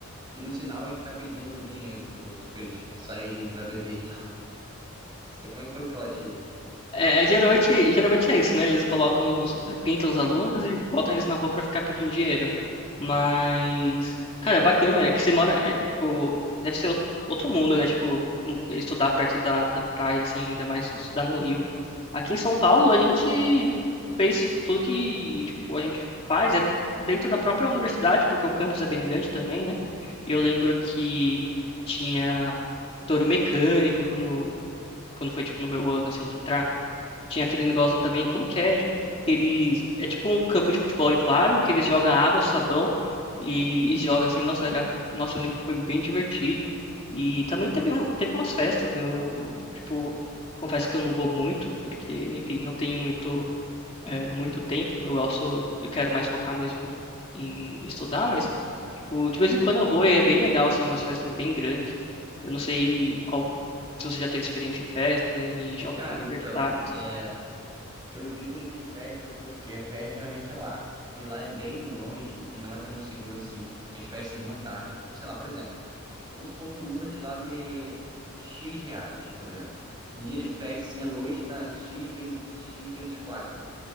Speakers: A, on the right; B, on the left.
A: ir no sinal e ficar pedindo dinheiro pros outros pra eles saírem pra beber. e Não sei como é que foi o trote aí.
B: É, é, geralmente, geralmente é isso, né? Eles colocam os, é, pintam os alunos e botam eles na rua pra ficar pedindo dinheiro. Mas, cara, é bacana, é que você mora, é, tipo, deve ser ou- outro mundo, né? Tipo, um- estudar perto da, da praia, assim, ainda mais estudar no Rio. Aqui em São Paulo, a gente fez tudo que, tipo, a gente faz é dentro da própria universidade, porque o campus é bem grande também, né? E eu lembro que tinha touro mecânico quando, quando foi, tipo, no meu ano, assim, de entrar. Tinha aquele negócio também, como que é? Tipo, que eles, é tipo um campo de futebol inflável que eles jogam água, sabão e, e joga assim. Nossa, era, nossa, eu lembro que foi bem divertido. E também teve, um, teve umas festas, eu, tipo, confesso que eu não vou muito, porque, enfim, não tenho muito, é, muito tempo. Eu gosto, eu quero mais focar mesmo em estudar, mas, tipo, de vez em quando eu vou e é bem legal, assim, umas festas bem grandes. Eu não sei qual, se você já teve experiência em festa, em jogos
A: Cara,
B: universitários.
A: então, é, eu evito muito em festa porque a festa geralmente é lá. E lá é bem longe e não é tão seguro assim. As festas terminam tarde. Sei lá, por exemplo, vamos supor que o Uber de lá dê X reais, por exemplo. E dia de festa, assim, à noite dá X vezes, X vezes 4,